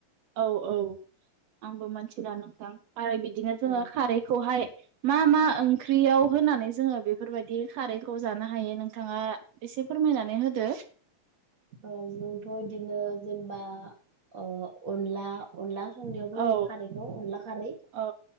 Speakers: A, on the right; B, on the right.
A: औ औ आंबो मोनथिला नोंथां आरो बिदिनो जोङो
B: ओ
A: खारै खौहाय मा मा ओंख्रियाव होनानै जोङो बेफोरबायदि खारैखौ जानो हायो नों थाङा एसे फोरमायनानै होदो
B: ओ जोंथ' बिदिनो जेनेबा ओ अनला अनला संनायावबो होयो
A: औ
B: खारैखौ अनला खारै
A: औ